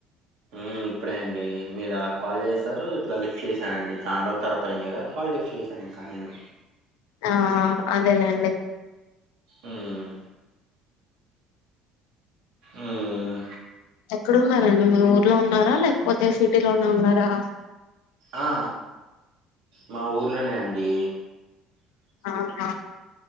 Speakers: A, on the right; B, on the left.
A: ఉం ఇప్పుడే అండి మీరు అలా కాల్ చేశారు ఇట్లా లిఫ్ట్ చేశానండి చాలా రోజుల తర్వాత అయింది కదా కాల్ లిఫ్ట్. ఈసారి నింకా నేను
B: ఆ అదేలేండి
A: ఉమ్ ఉమ్
B: ఎక్కడున్నారండి మీ ఊర్లో ఉన్నారా లేకపోతే సిటీలో నే ఉన్నారా
A: ఆ మా ఊర్లోనే అండి.
B: ఆహా